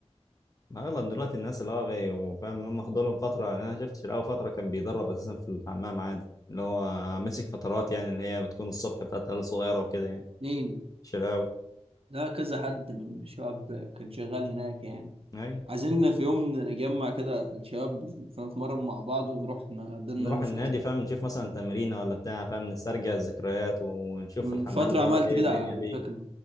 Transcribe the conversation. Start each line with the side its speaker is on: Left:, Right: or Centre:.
Left: ما اغلب دلوقتي الناس اللي هو بي- وفاهم اللي هم خدوا لهم فتره يعني انا شفت شيلاوي فتره كان بيدرب اساسا في الحمام عادي اللي هو مسك فترات يعني اللي هي بتكون الصبح بتاعت عيال صغيره وكده يعني
Right: مين
Left: شيلاوي
Right: لا كذا حد من الشباب كان شغال هناك يعني
Left: ايوه
Right: عايزين في يوم نجمع كده الشباب نتمرن مع بعض ونروح نقضينا
Left: نروح
Right: يوم في
Left: النادي
Right: السباحة
Left: فاهم نشوف مثلا تمرينه ولا بتاع فاهم نسترجع الذكريات ونشوف
Right: من
Left: الحمام
Right: فترة
Left: دلوقتي
Right: عملت
Left: ايه
Right: كده
Left: الدنيا
Right: على
Left: فيه
Right: فكرة